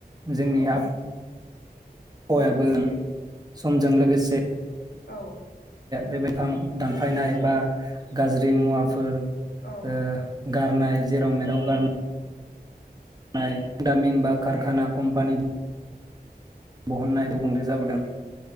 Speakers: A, on the right; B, on the left.
A: जोंनि
B: औ
A: आब हौवायाबो समजों लोगोसे
B: औ
A: बे बिफां दानफायनाय बा गाज्रि मुवाफोर
B: औ
A: ओ गारनाय जेराव मेराव
B: औ
A: गारनो नाय दामिन ब खारखाना कम्पानि बहननाय गुबुंले जाबोदों